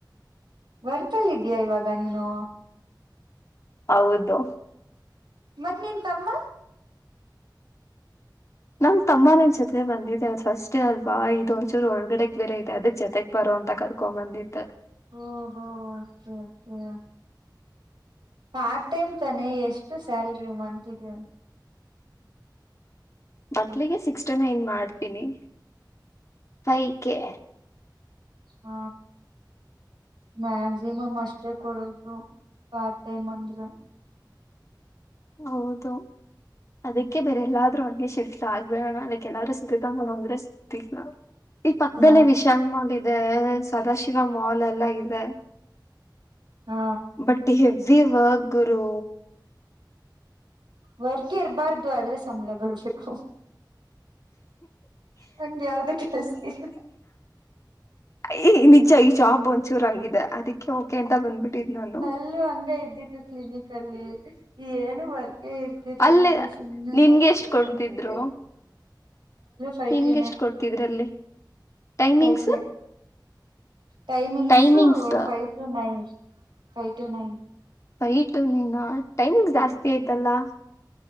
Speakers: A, on the right; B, on the left.
A: ವರ್ಕಲ್ಲಿ ಇದೀಯ ಇವಾಗ ನೀನು
B: ಹೌದು
A: ಮತ್ತ್ ನಿನ್ ತಮ್ಮ
B: ನಂಗ್ ತಮ್ಮ ನನ್ ಜೊತೆ ಬಂದಿದೆ ಅದು ಫಸ್ಟ್ ಡೇ ಅಲ್ವಾ ಇದು ಒಂದಚೂರ್ ಒಳಗಡೆಗ್ ಬೇರೆ ಇದೆ ಅದ ಜೊತೆ ಬರುವಂತ ಕರ್ಕೊಂಡ್ ಬಂದಿದ್ದೆ
A: ಓ ಹೋ ಅಕೆ ಅಕೆ ಪಾರ್ಟ್ ಟೈಮ್ ತಾನೇ ಎಷ್ಟು ಸ್ಯಾಲರಿ ಮಂತ್ಗೆ
B: ಮಂತ್ಲಿಗೆ ಸಿಕ್ಸ್ ಟು ನೈನ್ ಮಾಡ್ತೀನಿ ಫೈವ ಕೆ
A: ಹ್ಮ ಮ್ಯಕ್ಸಿಮಮ್ ಅಷ್ಟೇ ಕೊಡೋದು ಪಾರ್ಟ್ ಟೈಮ್ ಅಂದ್ರೆ <unintelligible>
B: ಹೌದು ಅದಕ್ಕೆ ಬೇರೆ ಎಲ್ಲಾದ್ರೂ ಅಂಟ <unintelligible> ಶಿಫ್ಟ್ ಆಗ್ಬೇಡಣ ಅಕ್ ಕೆಲ್ಲ್ರ ಸಿಗುತ್ತ ಮ ಅಂದ್ರೆ ಸಿಗ್ತವಿ ನಾವು <unintelligible> ಈ ಪಕ್ಕದಲ್ಲೇ
A: ಹಾ
B: ವಿಶಾಲ್ ಮಾಲ್ ಇದೆ ಸದಾಶಿವ ಮಾಲ್ ಎಲ್ಲ ಇದೆ <unintelligible>
A: ಹ ಹ
B: ಬಟ್ಟಿ ಹೆವಿ ವಾಗರು
A: ವರ್ಕ್ ಇರ್ಬಾರ್ದು ಆದ್ರೆ ಸಂಬಳ ಬರ್ಬೇಕು ಹಂಗೆ ಯಾವ್ದ ಕೆಲಸ ಇಲ್ಲ
B: ಹೇಯ್ ನಿಜ ಈ ಜಾಬ್ ಒಂದ್ಚೂರು ಹಂಗಿದೆ ಅದಿಕ್ಕೆ ಓಕೆ ಅಂತ ಬಂದ್ಬಿಟ್ಟಿದ್ ನಾನು
A: ಇಲ್ಲೂ ಹಂಗ ಇದ್ದಿದ ಕ್ಲಿನಿಕ್ ಅಲ್ಲಿ ಏನು ವರ್ಕೆ ಇರ್ ಇರ್ಲಿಲ್ಲ
B: ಅಲ್ಲಿ
A: ಸುಮ್ಮ್ನೆ
B: ನಿನ್ಗೆ
A: ಹೋಗಿ
B: ಎಷ್ಟ್
A: ಕುತ್ಕೊಂತಿದ್ದೆ
B: ಕೊಡ್ತಿದ್ರು
A: ಪೈಕೇನೆ
B: ನಿನ್ಗೆ ಎಷ್ಟ್ ಕೊಡ್ತಿದ್ರ ಅಲ್ಲಿ ಟೈಮಿಂಗ್ಸ್
A: ಪೈಕೆ timings
B: timings
A: five to nine five to nine
B: ಬೈಟು ನ ನೀನು ಟೈಮ್ಂಗ ಜಾಸ್ತಿ ಆಯ್ತಲ್ಲಾ -